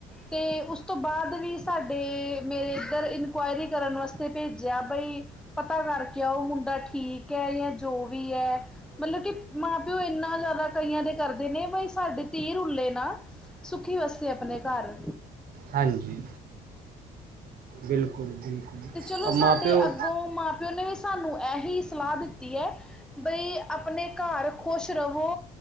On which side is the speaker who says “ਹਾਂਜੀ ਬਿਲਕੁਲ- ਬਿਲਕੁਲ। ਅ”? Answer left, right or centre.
Right